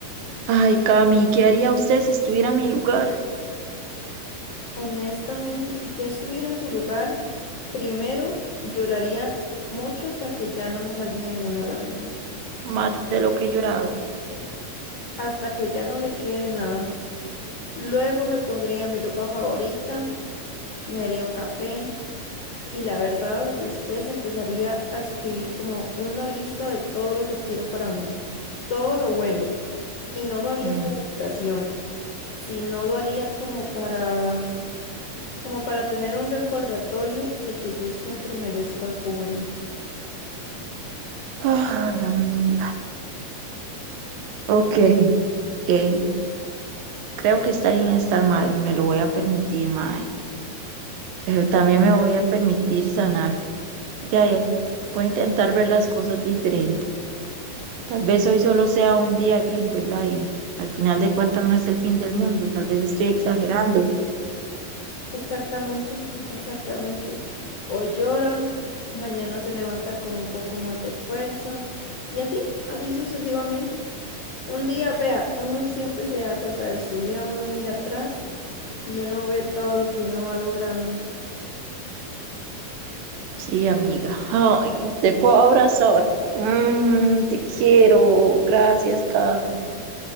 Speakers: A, on the right; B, on the left.
A: Ay, Cami, ¿qué haría usted si estuviera en mi lugar?
B: Honestamente, si yo estuviera en su lugar, primero lloraría mucho hasta que ya no me saldría ninguna lágrima,
A: Más de lo que he llorado.
B: hasta que ya no le quede nada. Luego me pondría mi ropa favorita, me haría un café Y la verdad, después empezaría a escribir como una lista de todo lo que quiero para mí, todo lo bueno. Y no lo haría
A: Mm.
B: por obligación, sino lo haría como para, como para tener un recordatorio de que yo siempre merezco algo bueno.
A: Ay, amiga. Ok, eh, creo que está bien estar mal y me lo voy a permitir, mae. Pero también me voy a permitir sanar Ya, ya. Voy a intentar ver las cosas diferente. Tal vez hoy solo sea un día gris, ¿verdad? Y al final de cuentas no es el fin del mundo. Tal vez estoy exagerando.
B: Exactamente, exactamente. Hoy llora, mañana se levanta con un poco más de fuerza y así, así sucesivamente. Un día, vea, uno siempre se da cuenta de esto. Un día uno mira atrás. y uno ve todo lo que uno va logrando.
A: Sí, amiga. Ay, te puedo abrazar. Mm, te quiero. Gracias, Cam.